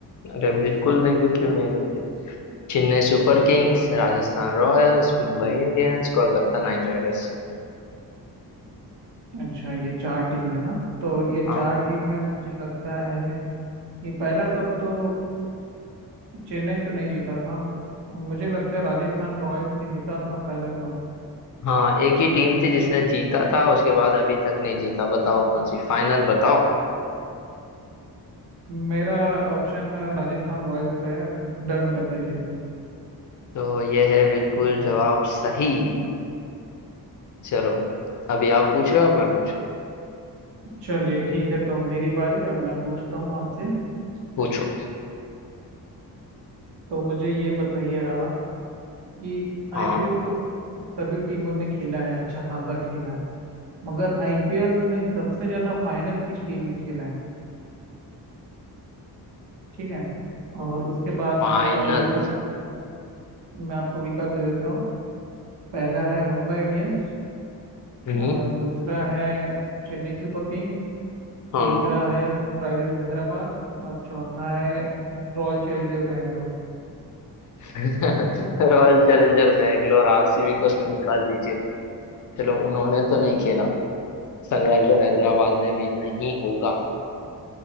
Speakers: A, on the left; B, on the right.
A: अरे बिल्कुल देंगे क्यों नहीं देंगे चेन्नई सुपर किंग्स राजस्थान रॉयल्स मुंबई इंडियंस कोलकाता नाइट राइडर्स
B: अच्छा ये चार टीम है ना तो ये
A: हाँ।
B: चार टीम में मुझे लगता है ये पहला कप तो चेन्नई तो नहीं जीता था मुझे लगता है राजस्थान रॉयल्स ने जीता था पहला कप
A: हाँ एक ही टीम थी जिसने जीता था उसके बाद अभी तक नहीं जीता बताओ कौन सी फाइनल बताओ
B: मेरा ऑप्शन राजस्थान रॉयल्स पे है डन कर दीजिए
A: तो ये है बिल्कुल जवाब सही चलो अभी आप पूछ रहे हो अब मैं पूछ
B: चलिए ठीक है तो मेरी बारी अब मैं पूछता हूँ आपसे
A: पूछो
B: तो मुझे ये बताइए आप कि
A: हाँ
B: आईपीएल तो सभी टीमों ने खेला है अच्छा खासा खेला है मगर आईपीएल में सबसे ज्यादा फाइनल किस टीम ने खेला है ठीक है और उसके बाद
A: फाइनल
B: मैं आपको विकल्प दे मैं आपको विकल्प दे देता हूँ पहला है मुंबई इंडियंस
A: हम्म
B: अ, दूसरा है चेन्नई सुपर किंग्स
A: हाँ
B: तीसरा है सनराइजर्स हैदराबाद और चौथा है रॉयल चैलेंजर बैंगलोर
A: <laughs> रॉयल चैलेंजर बैंगलोर आरसीबी को तो निकाल दीजिए चलो उन्होंने तो नहीं खेला सनराइजर हैदराबाद ने भी नहीं होगा